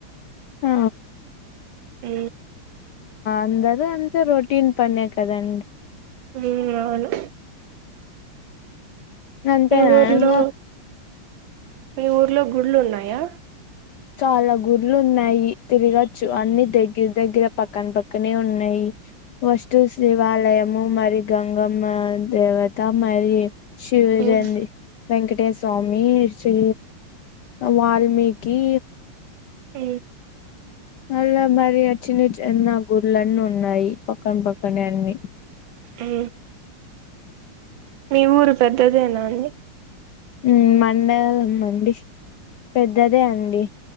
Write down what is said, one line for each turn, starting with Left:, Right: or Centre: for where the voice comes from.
Left: ఆ
Right: అ
Left: అందద అంత రొటీన్ పనే కదండి
Right: ఉ అవును
Left: అంతేనాంగా
Right: మీ ఊర్లో మీ ఊర్లో గుళ్లు ఉన్నాయా
Left: చాల గుర్లు ఉన్నాయి తిరగచ్చు అన్ని దగ్గర దగ్గర పక్కన పక్కనే ఉన్నాయి ఫెస్టివ్స్ శివాలయము మరి గంగమ్మ దేవత మై శివదంది
Right: మ్మ్
Left: వెంకట పట్టయస్వామి శీ వాల్మీకి
Right: ఆ
Left: అలా మరి అ చిన చిన్న గుడ్లన్నీ ఉన్నాయి పక్కన పక్కన అన్ని
Right: ఉ మీ ఊరు పెద్దదేనా అండి
Left: హ్మ్ మండలం మండడి పెద్దదే అండి